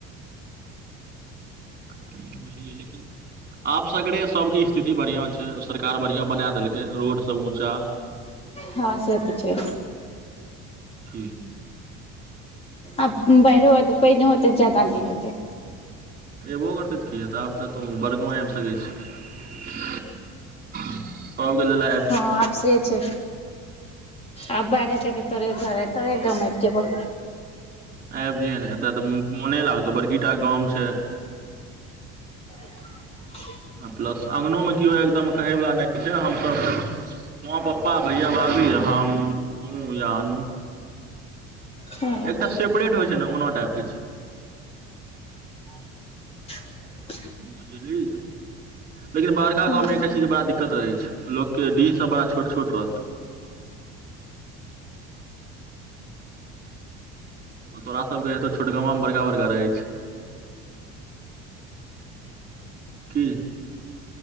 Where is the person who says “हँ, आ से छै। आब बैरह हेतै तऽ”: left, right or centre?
Left